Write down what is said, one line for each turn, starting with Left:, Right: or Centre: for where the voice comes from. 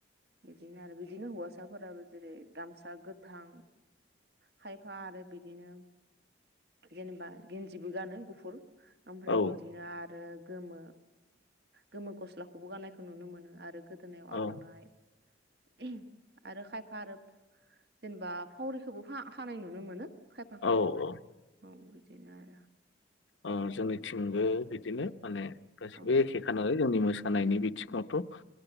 Right: बिदिनो आरो बिदिनो हौवासा साफोराबो जेरै गामसा गोथां खायफा आरो बिदिनो जेनेबा गेन्जिबो गानो गुफुर। ओमफ्राय
Left: औ
Right: बिदिनो आरो गोमो गोमो गस्लाखौबो गाननायखौ नुनो मोनो आरो गोदोनायाव
Left: औ
Right: आर'नाइ। <unintelligible> आरो खायफा आरो जेनेबा फावरिखौबो बा खानाय नुनो मोनो। खायफाखौ
Left: औ औ
Right: औ बिदिनो आरो
Left: ओ जोंनिथिंबो बिदिनो माने गासिबो
Right: औ
Left: एखे खा नालाय जोंनि मोसा खानायनि बिथिङावथ'